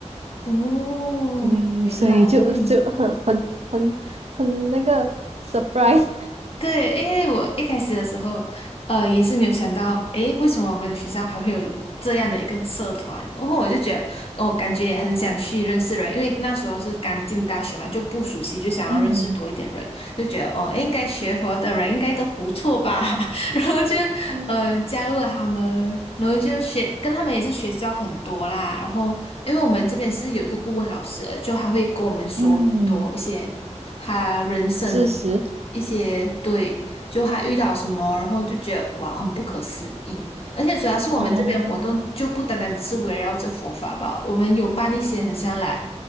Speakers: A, on the left; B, on the right.
A: 哦，
B: 对，
A: 原来。
B: 所以就就很很很很那个 surprise，
A: 对，因为我一开始的时候，呃，也是没有想到，诶，为什么我们的学校还会有这样的一个社团？然后我就觉得，我感觉也很想去认识人，因为那时候是刚进大学嘛，就不熟悉，就想要认识多一点人，
B: <laughs> 嗯，
A: 就觉得哦，诶应该学佛的人应该都不错吧，<laughs> 然后就
B: 哦，
A: 嗯、呃加入了他们，然后就学跟他们也是学交很多啦，然后因为我们这边是有一个顾问老师的就他会跟我们说很多一些他人生。
B: 嗯，事实，
A: 一些对，就还遇到什么，然后就觉得哇，很不可思议。而且主要是我们这边活动就不单单只是围绕着佛法吧，
B: 哦，
A: 我们有办一些很像来，